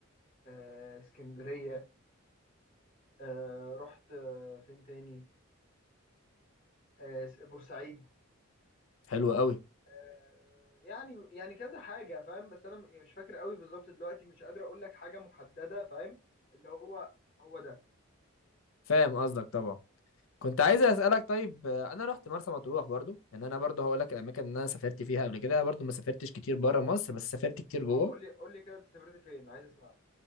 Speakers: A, on the left; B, on the left.
A: آه اسكندريه آه رحت آه فين تاني آه بورسعيد
B: حلو قوي
A: آه، يعني يعني كذا حاجة فاهم بس أنا م- يعني مش فاكر قوي بالظبط دلوقتي مش قادر أقول لك حاجة محددة فاهم اللي هو هو ده
B: فاهم قصدك طبعا كنت عايز اسالك طيب آه، انا رحت مرسى مطروح برضو يعني انا برضو هقول لك الاماكن اللي انا سافرت فيها قبل كده انا برضو ما سافرتش كتير بره مصر بس سافرت كتير جوه
A: أه قول لي قول لي كده أنت سافرت فين عايز أسمع